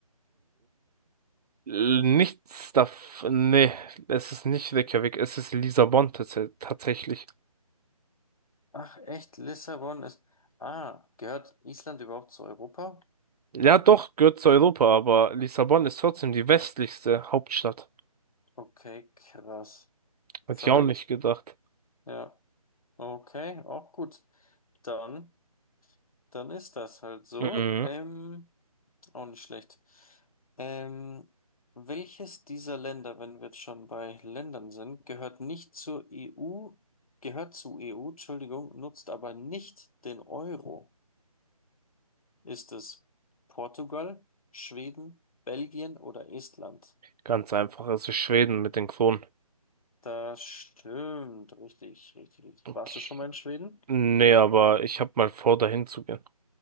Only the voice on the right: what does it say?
Äh, Nichts davon. Nee, es ist nicht Reykjavik, es ist Lissabon tats- tatsächlich.
Ja, doch, gehört zu Europa, aber Lissabon ist trotzdem die westlichste Hauptstadt.
Hätte
ich auch nicht gedacht.
Mhm.
Ganz einfach, es ist Schweden mit den Kronen.
Okay.
Nee, aber ich habe mal vor, dahin zu gehen.